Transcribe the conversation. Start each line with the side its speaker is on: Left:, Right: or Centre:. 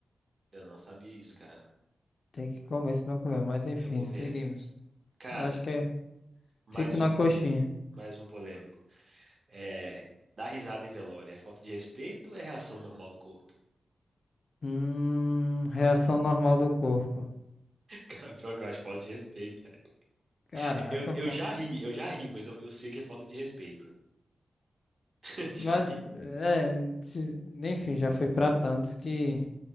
Right: Eu não sabia isso, cara.
Left: Tem que comer, se não comeu. Mas enfim,
Right: Eu vou
Left: seguimos.
Right: ver. Cara.
Left: Eu acho que é.
Right: Mais
Left: Fico na
Right: um,
Left: coxinha.
Right: mais um polêmico. É, dar risada em velório é falta de respeito ou é reação normal do corpo?
Left: Hum, reação normal do corpo.
Right: <laughs> Cara, pior que eu acho falta de respeito, velho.
Left: Caraca,
Right: Eu, eu
Left: pô.
Right: já ri, eu já ri, mas eu, eu sei que é falta de respeito. <laughs>
Left: Mas,
Right: Já ri.
Left: é. ti- Enfim, já fui pra tantos que